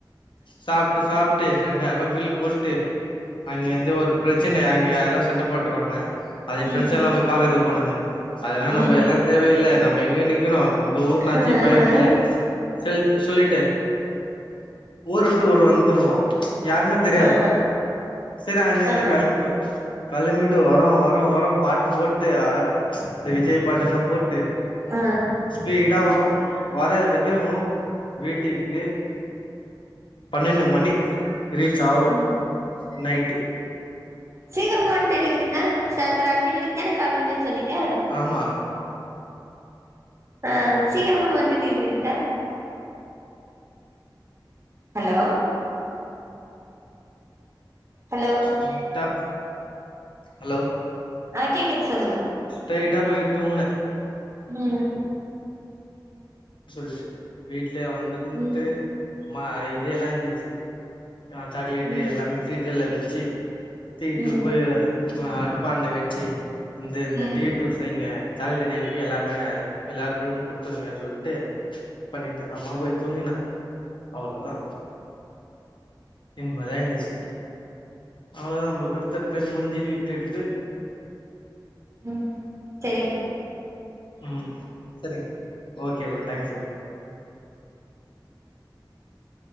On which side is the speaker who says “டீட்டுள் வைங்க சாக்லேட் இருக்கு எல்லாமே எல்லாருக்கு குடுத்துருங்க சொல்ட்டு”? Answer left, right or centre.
Left